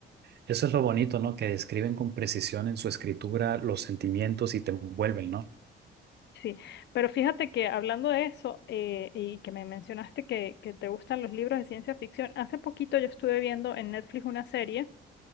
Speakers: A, on the right; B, on the left.
A: Eso es lo bonito, ¿no? Que describen con precisión en su escritura los sentimientos y te envuelven, ¿no?
B: Sí, pero fíjate que hablando de eso eh, y que me mencionaste que, que te gustan los libros de ciencia ficción, hace poquito yo estuve viendo en Netflix una serie